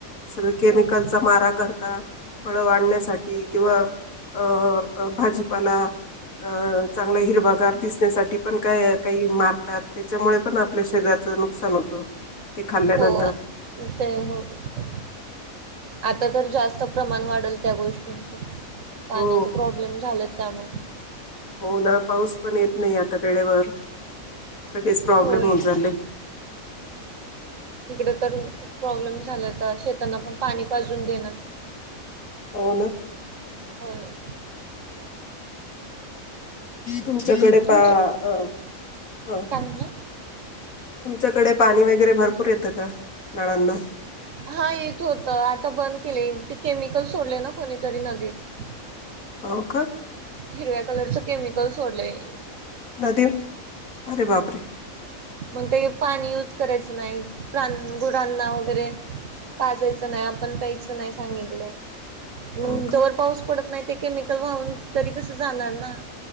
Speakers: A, on the left; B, on the right.
A: सगळे केमिकलचा
B: होय
A: मारा करतात. फळं वाढण्यासाठी किंवा अ भाजीपाला अ चांगला हिरवागार दिसण्यासाठी पण काय काही मारतात त्याच्यामुळे पण पण आपल्या शरीराचं नुकसान होतं. ते खाल्ल्यानंतर
B: हो ते हो ते. आता तर जास्त प्रमाण वाढल त्या गोष्टींचे. पाण्याचा
A: हो
B: प्रॉब्लेम झालेत त्यामुळं.
A: हो ना पाऊस पण येत नाही आता वेळेवर सगळेच प्रॉब्लेम
B: होय
A: होऊन चालले.
B: इकड तर खूप प्रॉब्लेम झाला होता, ओ तर शेतांना पण पाणी पाजून देणात.
A: हो ना.
B: होय.
A: तुमच्याकडे
B: तुमच्या
A: पा अ प हं.
B: काय म्हणला.
A: तुमच्याकडे पाणी वगैरे भरपूर येतं का नळांना?
B: हा येत होतं, आता बंद केले ते केमिकल सोडलय ना कोणीतरी नदीत.
A: हो का?
B: हिरव्या कलरच केमिकल सोडलय.
A: नदीत अरे बापरे!
B: मग ते पाणी युज करायचं नाही प्राण गुरांना वगैरे. पाजायचं नाही आपण प्यायचं नाही सांगितलंय. मगं
A: हो
B: जोवर
A: का
B: पाऊस पडत नाही ते केमिकल वाहून तरी कस जाणार ना.